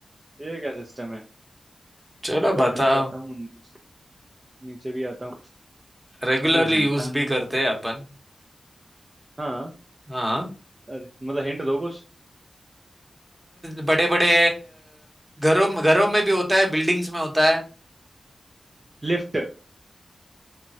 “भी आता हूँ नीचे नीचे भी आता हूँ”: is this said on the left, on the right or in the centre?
Right